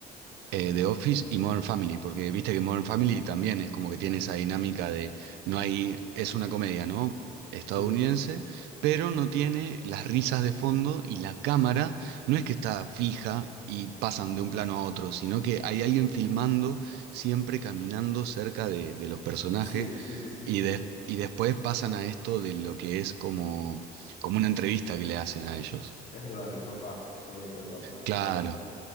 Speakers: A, on the right; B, on the left.
A: eh, The Office y Modern Family, porque viste que Modern Family también es como que tiene esa dinámica de no hay, es una comedia, ¿no? estadounidense,
B: Sí,
A: pero no tiene las risas de fondo y la cámara no es que está fija y pasan de un plano a otro, sino que hay alguien filmando siempre caminando cerca de, de los personajes
B: sí, sí, sí, sí, sí,
A: y,
B: sí.
A: des- y después pasan a esto de lo que es como, como una entrevista que le hacen a ellos.
B: Es verdad, en el sofá, que pues hablan,
A: Claro.
B: hablan.